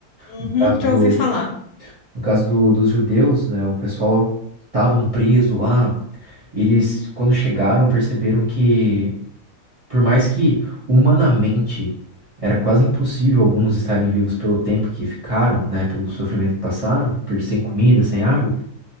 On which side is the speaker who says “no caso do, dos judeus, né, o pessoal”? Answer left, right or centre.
Right